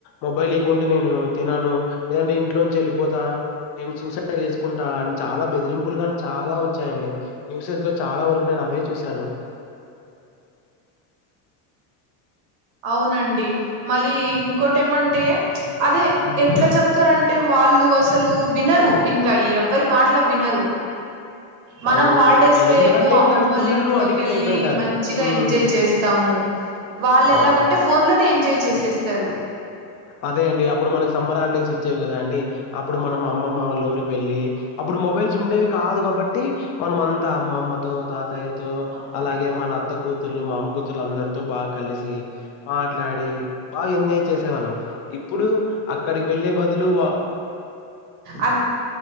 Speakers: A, on the left (about 55°); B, on the right (about 75°).
A: మొబైల్ ఇవ్వకుంటే నేను తిన్నాను లేదంటే ఇంట్లో నుంచి వెళ్ళిపోతా నేను సూసైడ్ చేసు కుంటా అని చాలా బెదిరింపులు కాని చాలా వచ్చాయండి న్యూసెస్ లో చాల వరకు నేను అవే చూశాను
B: అవునండి మళ్ళీ ఇంకోటి ఏమంటే ప్చ్ అదే
A: హ్మ్.
B: ఎట్లా చెప్తారంట అంటే వాళ్ళు అసలు అసలు వినరు ఇంకా ఎవరి మాటలు వినరు మనం
A: అవునవును.
B: హాలిడేస్
A: వాళ్ళెందుకంటే
B: లో ఏమో అమ్మమ్మ
A: దానికి ఫుల్లు
B: ఇంట్లోకి
A: అడిక్ట్
B: వెళ్ళి
A: అయిపోయింటారు.
B: మంచిగా
A: హ్మ్.
B: ఎంజాయ్ చేస్తాము హ్మ్ వాళ్ళు ఎలాగా
A: అవును.
B: అంటే ఫోన్లోనే ఎంజాయ్ చేసేస్తారు
A: అదే అండి. అప్పుడు మనకు సమ్మర్ హాలీడేస్ వచ్చేవి కదా అండి అప్పుడు మనం అమ్మమ్మ వాళ్ళ ఊరికి వెళ్ళి అప్పుడు మొబైల్స్ ఉండేవి కాదు కాబట్టి మనం అంతా అమ్మమ్మతో తాతయ్య అత్తయ్యతో
B: ఓ మాట్లాడుతుంది
A: అలాగే మన అత్త కూతుర్లు మామ కూతుర్లు అందరితో బాగా కలిసి మాట్లాడి బాగా ఎంజాయ్ చేసే వాళ్ళం ఇప్పుడు అక్కడికి వెళ్లే బదులు వా
B: అ